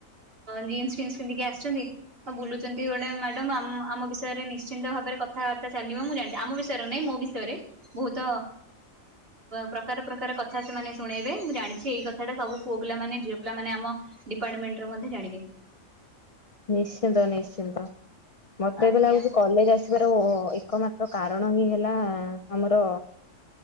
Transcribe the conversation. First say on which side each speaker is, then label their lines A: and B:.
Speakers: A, on the right (about 45°); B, on the left (about 45°).
A: ଜିନ୍ସ ଫିନ୍ସ ପିନ୍ଧିକି ଆସିଚନ୍ତି। ହୋଉ ବୁଲୁଚନ୍ତି ଗୋଟେ ମ୍ୟାଡାମ୍ ଆମ ବିଷୟରେ ନିଶ୍ଚିନ୍ତ ଭାବରେ କଥାବାର୍ତ୍ତା ଚାଲିବ। ମୁଁ ଜାଣି ଆମ ବିଷୟରେ ନାଇଁ ମୋ ବିଷୟରେ ବୋହୁତ ପ୍ରକାର ପ୍ରକାର କ ଥା ସେମାନେ ଶୁଣେଇବେ। ମୁଁ ଜାଣିଚି ଏଇ କଥାଟା ସବୁ ପୁଅ ପିଲା ମାନେ ଝିଅ ପିଲାମାନେ ଆମ ଡିପାର୍ଟମେଣ୍ଟର ମଧ୍ୟ ଜାଣିବି।
B: ନିଶ୍ଚିନ୍ତ ନିଶ୍ଚିନ୍ତ ମତେ
A: ଆଜ୍ଞା
B: ଏବେ ଲାଗୁଚି କଲେଜ ଆସି ବାର ଏକମାତ୍ର କାରଣ ହିଁ ହେଲା। ଆମର